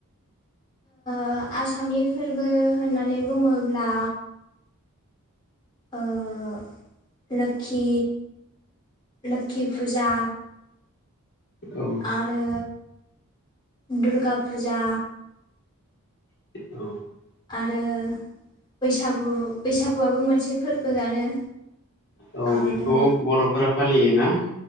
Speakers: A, on the left (about 20°); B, on the left (about 50°).
A: ओ आसामनि फोरबो होननानै बुङोब्ला ओह लोखि लोखि फुजा
B: औ
A: आरो दुरगा फुजा
B: <unintelligible>
A: आरो बैसागु बैसागुआबो मोनसे फोरबोआनो।
B: औ
A: आरो
B: बेखौ बर'फोरा फालियोना